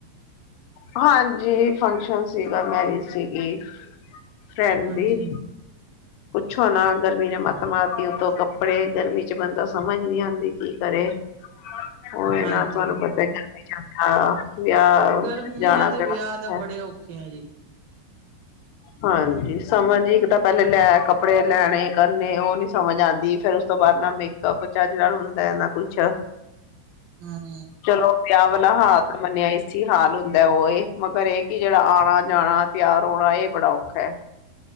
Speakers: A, on the left; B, on the right.
A: ਹਾਂਜੀ ਫੰਕਸ਼ਨ ਸੀਗਾ ਮੈਰਿਜ ਸੀਗੀ ਫਰੈਂਡਲੀ
B: ਹਾਂਜੀ
A: ਪੁੱਛੋ ਨਾ ਗਰਮੀ ਨੇ ਮੱਤ ਮਤੀ ਉੱਤੋਂ ਕੱਪੜੇ ਗਰਮੀ ਚ ਬੰਦਾ ਸਮਝ ਨੀ ਆਉਂਦੀ ਕੀ ਕਰੇ ਹੋ
B: ਹਾਂਜੀ
A: ਨਾ ਤੁਹਾਨੂੰ ਪਤਾ ਹ ਵਿਆ
B: ਗਰਮੀਆਂ
A: ਜਾਣਾ
B: ਦੇ
A: ਕਿੜਾ
B: ਵਿਆਹ
A: ਸੌਖਾ
B: ਤਾਂ
A: ਏ
B: ਬੜੇ ਔਖੇ ਆ ਜੀ
A: ਹਾਂਜੀ ਸਮਾਂ ਜੀ ਇੱਕ ਤਾਂ ਪਹਿਲੇ ਲੈ ਕੱਪੜੇ ਲੈਣੇ ਕਰਨੇ ਉਹ ਨਿ ਸਮਝ ਆਉਂਦੀ ਫੇਰ ਉਸ ਤੋਂ ਬਾਅਦ ਨਾ ਮੇਕਅਪ ਚੱਜ ਹੁੰਦਾ ਨਾ ਕੁਛ
B: ਹਮ
A: ਚਲੋ ਵਿਆਹ ਵਾਲਾ ਹਾਲ ਤਾਂ ਮੰਨਿਆ ਇ ਸੀ ਹਾਲ ਹੁੰਦਾ ਉਹ ਇਹ ਮਗਰ ਇਹ ਕਿ ਜਿਹੜਾ ਆਉਣਾ ਜਾਣਾ ਤਿਆਰ ਹੋਣਾ ਇਹ ਬੜਾ ਔਖਾ ਹੈ